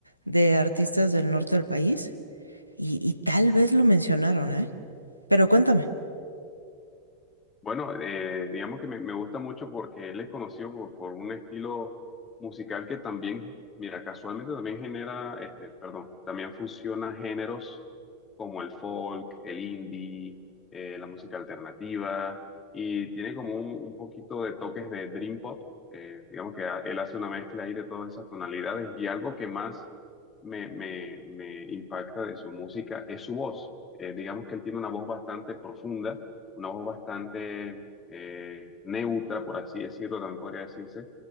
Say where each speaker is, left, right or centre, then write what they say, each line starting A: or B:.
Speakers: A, on the left (about 80°); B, on the left (about 25°).
A: de artistas del norte del país y, y tal vez lo mencionaron, ¿eh? Pero cuéntame,
B: Bueno, eh, digamos que me, me gusta mucho porque él es conocido por, por un estilo musical que también, mira, casualmente también genera, este, perdón, también fusiona géneros como el folk, el indie, eh, la música alternativa y tiene como un, un poquito de toques de dream pop. eh, digamos que ha- él hace una mezcla ahí de todas esas tonalidades y algo que más me, me, me impacta de su música es su voz. Eh, digamos que él tiene una voz bastante profunda una voz bastante eh, neutra, por así decirlo, también podría decirse,